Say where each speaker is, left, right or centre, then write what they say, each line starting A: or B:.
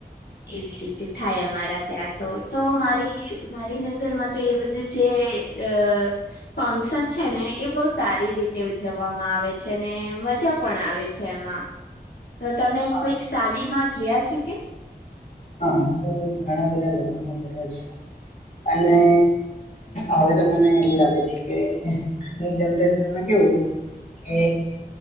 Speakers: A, on the left; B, on the left.
A: એવી રીતે થાય અમારા ત્યાં. તો તો મારી મારી નજરમાં એ બધી જે અ. ફંક્શન છે ને એ બહુ સારી રીતે ઉજવવામાં આવે છે ને મજા પણ આવે છે એમાં. તો તમે
B: હા
A: કોઈક શાદી માં ગયા છો કે.
B: હ હું ઘણા બધા લગ્નનો ગયા છું. અને હવે તો મને એમું લાગે છે કે. આજની જનરેશનમાં કેવું કે.